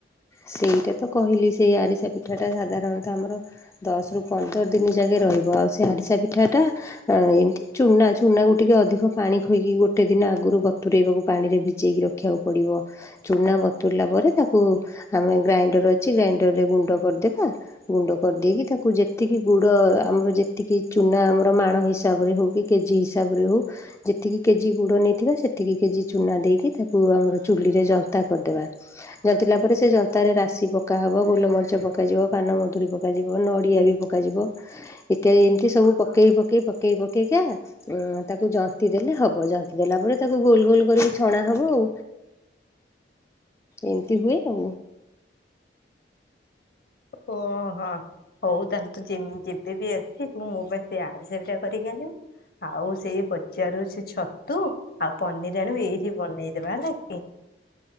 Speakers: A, on the left (about 15°); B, on the left (about 55°).
A: ସେଇଟା ତ କହିଲି ସେଇ ଆରିସା ପିଠାଟା ସାଧାରଣତଃ ଆମର ଦଶ ରୁ ପନ୍ଦର ଦିନ ଯାକେ ରହିବ ଆଉ ସେ ଆରିସା ପିଠାଟା ଅ ଏମିତି ଚୁନା ଚୁନାକୁ ଟିକେ ଅଧିକ ପାଣି ଖୋଇକି ଗୋଟେ ଦିନ ଆଗରୁ ବତୁରେଇବାକୁ ପାଣିରେ ଭିଜେଇକି ର ରଖିବାକୁ ପଡିବ ଚୁନା ବତୁରିଲା ପରେ ତାକୁ ଆମେ ଗ୍ରାଇଣ୍ଡର ଅଛି ଗ୍ରାଇଣ୍ଡରରେ ଗୁଣ୍ଡ କରିଦେବା ଗୁଣ୍ଡ କରିଦେଇକି ତାକୁ ଯେତିକି ଗୁଡ ଆମର ଯେତିକି ଚୁନା ଆମର ମାଣ ହିସାବରେ ହଉ କି କେଜି ହିସାବରେ ହଉ ଯେତିକି କେଜି ଗୁଡ ନେଇଥିବା ସେତିକି କେଜି ଚୁନା ଦେଇକି ତାକୁ ଆମର ଚୁଲିରେ ଯନ୍ତା କରିଦବା। ଜନ୍ତିଲା ପରେ ସେ ଜ ତାରେ ରାଶି ପକାହବ ଗୋଲମରିଚ ପକାଯିବ ପାନମଧୁରୀ ପକାଯିବ ନଡ଼ିଆ ବି ପକାଯିବ। ଏତା ଏମିତି ସବୁ ପକେଇ ପକେଇ ପକେଇ ପକେଇକା ଉଁ ତାକୁ ଜନ୍ତି ଦେଲେ ହବ ଜନ୍ତି ଦେଲା ପରେ ତାକୁ ଗୋଲ ଗୋଲ କରିକି ଛଣା ହବ ଆଉ। ଏମିତି ହୁଏ ଆଉ।
B: ଓହୋ ହଉ ତାହେଲେ ତୁ ଯେବେବି ଆସିବୁ ମୋ ପାଇଁ ସେଇ ଆରିସା ପି ଆରିସା ପିଠା କରିକି ଆଣିବୁ ଆଉ ସେଇ ବଜାରରୁ ସେ ଛ ଛତୁ ଆଉ ପନିରି ଆଣିବୁ ଏଇଠି ବନେଇଦବା ହେଲା କି।